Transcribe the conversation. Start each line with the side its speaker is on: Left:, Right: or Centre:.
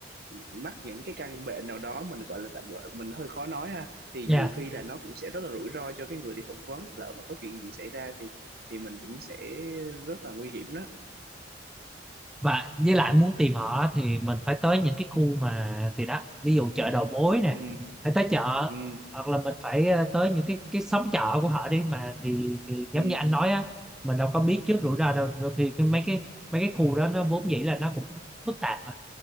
Right: mắc những cái căn bệnh nào đó mình gọi là tạm gọi mình hơi khó nói ha thì
Centre: Dạ
Right: nhiều khi là nó cũng sẽ rất là rủi ro cho cái người đi phỏng vấn lỡ mà có chuyện gì xảy ra thì thì mình cũng sẽ rất là nguy hiểm đó
Centre: và với lại muốn tìm họ thì mình phải tới những cái khu mà thì đó ví dụ chợ đầu mối nè
Right: ừ
Centre: phải tới chợ
Right: ừ
Centre: hoặc là mình phải ờ, tới những cái cái xóm chợ của họ đi mà thì thì giống
Right: ừ,
Centre: như anh nói á mình đâu có biết trước rủi ro đâu đôi khi cái mấy cái mấy cái khu đó nó vốn dĩ là nó cũng phức tạp mà